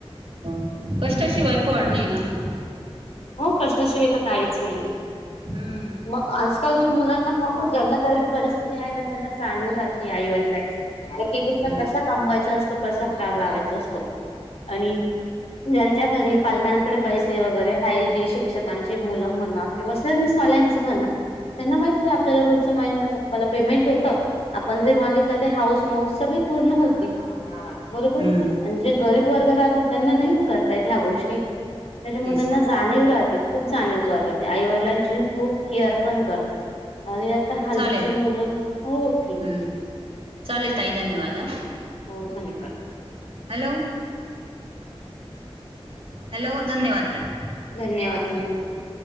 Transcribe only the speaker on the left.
हो कष्टाशिवाय तर काहीच नाहीय
मग आजकालच्या मुलांना फोन ज्यांना गरीब परिस्थिती आहे ना त्यांना जाणीव ह आई वडिलांची एक एक रुपया
कसा कमवायचा असतो कसा लावायचा असतो आणि ज्यांच्या घरी पालकांकडे पैसे वगैरे ह जी शिक्षकांची मुलं म्हणा किंवा सरनीसवाल्यांच म्हणा त्यांना माहिती आहे आपल्याला रोजच्या महिन्या पप्पाला पेमेंट होतं आपण जे मागितलं ते हाऊस मस सगळी पूर्ण होती बरोबर
ठीक आहे नाण जे गरीब वर्ग राहतो त्यांना नाही ना करता येत ह्या गोष्टी त्याच्यामुळे
त्यांना
जाणीव राहते खूप जाणीव करते आई वडिलांची खूप केअर पण करतात आणि आता हल्लीचे
मुलं हो ठीक
आहे
हो धन्यवाद
धन्यवाद, धन्यवाद